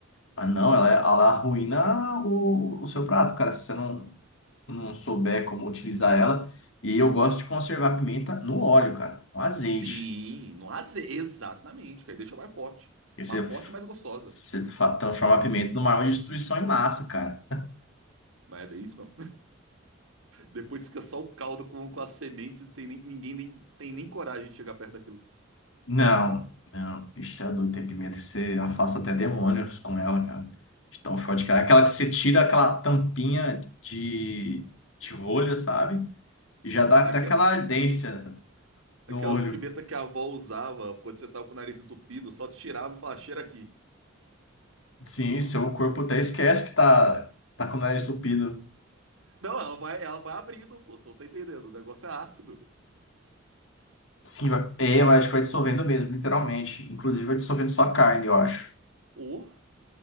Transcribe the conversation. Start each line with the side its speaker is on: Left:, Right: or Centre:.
Left: mas não, ela, é, ela arruína o, o seu prato, cara, se você não, não souber como utilizar ela. E eu gosto de conservar a pimenta no óleo, cara, no azeite.
Right: Sim, no azeite, exatamente, que aí deixa mais forte.
Left: Porque você,
Right: Mais forte e mais gostosa.
Left: você fa- transforma a pimenta numa arma de destruição em massa, cara.
Right: Mas é bem isso mesmo. <laughs> Depois fica só o caldo com, com as sementes, não tem nem- ninguém nem, tem nem coragem de chegar perto daquilo.
Left: Não, não. Isso é doido, tem pimenta que você afasta até demônios com ela, cara. De tão forte, cara. Aquela que você tira aquela tampinha de, de rolha, sabe? E já dá
Right: Aquela-
Left: até aquela ardência
Right: aquelas
Left: no olho.
Right: pimentas que a avó usava quando você tava com o nariz entupido, só tirava e falava, cheira aqui.
Left: Sim, seu corpo até esquece que tá, tá com o nariz entupido.
Right: Não, ela vai, ela vai abrindo, pô, você não tá entendendo, o negócio é ácido.
Left: Sim, vai, é, mas acho que vai dissolvendo mesmo, literalmente. Inclusive vai dissolvendo sua carne, eu acho.
Right: Ô,